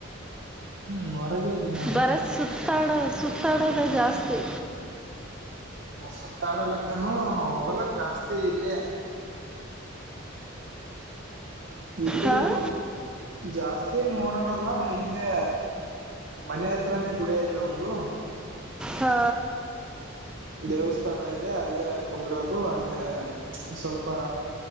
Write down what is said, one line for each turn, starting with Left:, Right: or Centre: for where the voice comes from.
Right: ಹ್ಮ್ ಹೊರಗೆ ಇದ್ದೀನಿ ನಾನು
Centre: ಬರೆ ಸುತ್ತಾಡೋ ಸುತ್ ತಾಡೋದೆ ಜಾಸ್ತಿ.
Right: ಸುತ್ತಾಡಲಕ್ಕೇನು ಹೋಗಲ್ಲ ಜಾಸ್ತಿ ಇಲ್ಲೇ. ಈ ಕಡೆ
Centre: ಹಾಂ
Right: ಇರೋದು. ಜಾಸ್ತಿಯೇನ್ ಓಡಾಡಲ್ಲ ಇಲ್ಲೇ ಮನೆ ಹತ್ರನೇ ಗುಡಿ ಇದೆ ಒಂದು.
Centre: ಹಾ.
Right: ದೇವಸ್ಥಾನ ಇದೆ ಅಲ್ಲೇ ಕುಂದ್ರೋದು ಅಲ್ಲೇ ಸ್ವಲ್ಪ.